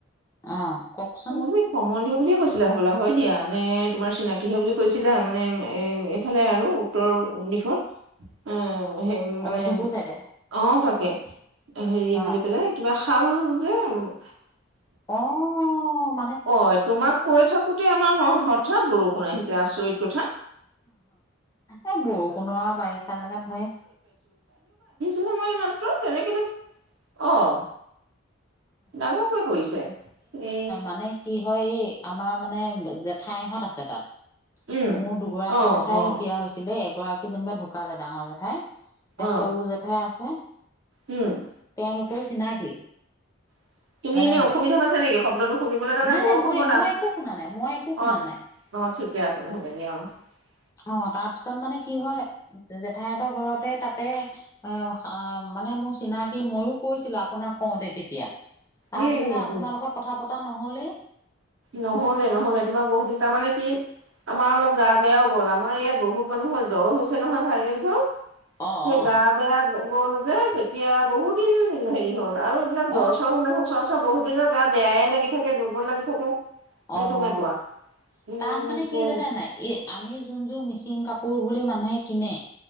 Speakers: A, on the left (about 15°); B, on the right (about 65°).
A: অ'। কওকচোন
B: অ' আমি সম্বন্ধ বুলিয়ে কৈছিলা হবলা, হয় দিয়া নে। তোমাৰ চিনাকিহে বুলি কৈছিলা, মানে এ এইফালে আৰু উত্তৰ দিশত অ'। সে মানে,
A: লখিমপুৰ চাইডে
B: অ' তাকে হেৰি
A: অ।
B: বুলি পেলাই কিবা। <unintelligible>
A: অহ।
B: অ' তোমাক কৈ থাকোতে আমাৰ হ থাৎ বৰষুণ আহিছে, আচৰিত।
A: এ বৰষুণৰ বাৰিষা জেগাত হয়
B: <unintelligible> তেনেকেতো, অ' ডাঙৰ কৈ পৰিছে, এ'
A: মানে কি হয়, এই আমাৰ মানে জেঠাই হ'ত আছে তাত।
B: উম
A: মোৰ দুগৰাকী
B: অ
A: জেঠাই
B: অ
A: বিয়া হৈছিলে, এক গৰাকী যেনিবা ঢুকালে। ডাঙৰ জেঠাই এতিয়া
B: অ
A: সৰু জেঠাই আছে, হেঃ
B: উম
A: তেওঁলোকৰো চিনাকি।
B: <unintelligible>
A: মানে
B: হ'ব
A: নাই নাই মই মই একো
B: দিয়া,
A: শুনা নাই মই একো শুনা নাই
B: অ'
A: অ' তাৰ পিছত মানে কি হয়, জেঠাইহ'তৰ ঘৰতে তাতে অ' মানে মোৰ চিনাকি, মইও কৈছিলো আপোনাক কওঁতে তেতিয়া তাৰপিছতে
B: উম উম
A: আপোনাৰ
B: উম
A: লগত কথা পতা নহ'লেই।
B: নহলে নহলে, তোমাক বহুত দিন তাৰমানে কি আমাৰ অলপ গা বেয়াও গ'ল, আমাৰ ইয়াত বহুত মানুহ জ্বৰ হৈছে নহয় ভাইৰেল জ্বৰ।
A: অ
B: সেই
A: অ
B: গা বেয়া গ'ল, ধেৎ এতিয়া বহুত দিন হেৰি হ'ল। আৰু এইিলাক জ্বৰ
A: অ
B: চৰ হ'লে সচৰাচৰ পিছত বহু দিনৰ গা বেয়ই লাগ থাকে, দুৰ্বল লাগি থাকে। সেই
A: অ'
B: তেনেকুৱা উম
A: তাত মানে কি জানে নাই, এই আমি যোন যোৰ মিচিং কাপোৰ পোৰ বুলি মানুহে কিনে,